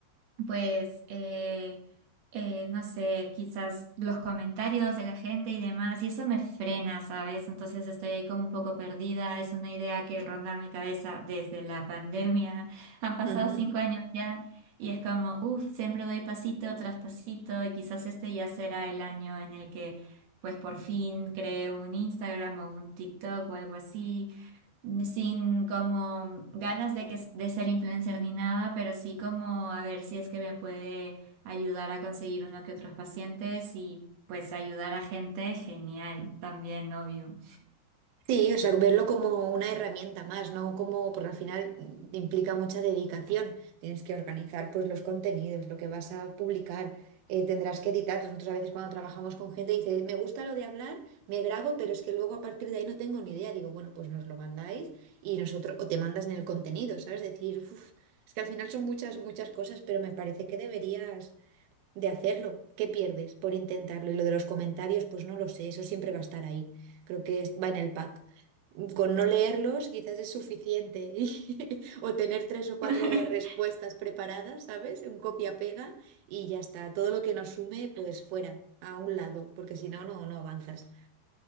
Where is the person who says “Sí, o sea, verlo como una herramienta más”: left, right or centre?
Right